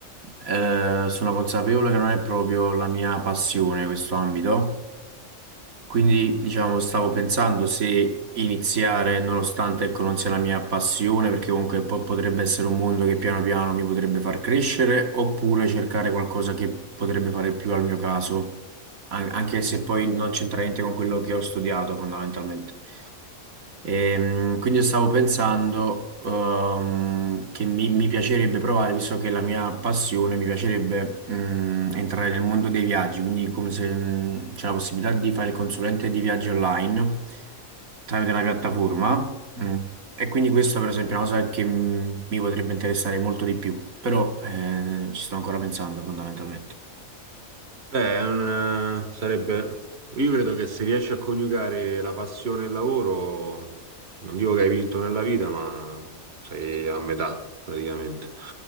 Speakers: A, on the right (about 85°); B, on the right (about 50°).
A: eh, sono consapevole che non è proprio la mia passione questo ambito. Quindi, diciamo, stavo pensando se iniziare, nonostante ecco, non sia la mia passione, perché comunque poi potrebbe essere un mondo che piano piano mi potrebbe far crescere, oppure cercare qualcosa che potrebbe fare più al mio caso, an- anche se poi non c'entra niente con quello che ho studiato, fondamentalmente. Ehm, quindi io stavo pensando ehm, che mi, mi piacerebbe provare, visto che è la mia passione, mi piacerebbe mm, entrare nel mondo dei viaggi, quindi come se mm, c'è la possibilità di fare il consulente di viaggi online tramite una piattaforma. mm, E quindi questa per esempio è una cosa che mm, mi potrebbe interessare molto di più, però eh, ci sto ancora pensando fondamentalmente.
B: Beh, è un- eh, sarebbe... Io credo che se riesci a coniugare la passione e il lavoro, non dico che hai vinto nella vita, ma sei a metà praticamente.